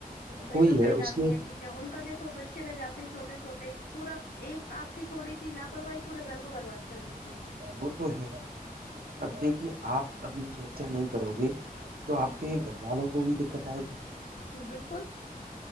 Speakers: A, on the left; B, on the right.
A: بیگم
B: کوئی
A: رہ
B: ہے
A: جاتی
B: اس کے
A: ہیں پیچھے ان کا دیکھو بچے رہ جاتے ہیں چھوٹے چھوٹے پورا ایک آپ کی تھوڑی سی لاپرواہی پورے گھر کو برباد کر دیتی ہے
B: وہ تو ہے اب دیکھیے آپ اپنی سرچا نہیں کرو گے تو
A: جی
B: آپ کے
A: جی
B: گھر والوں کو بھی دقت آئے گی
A: جی بالکل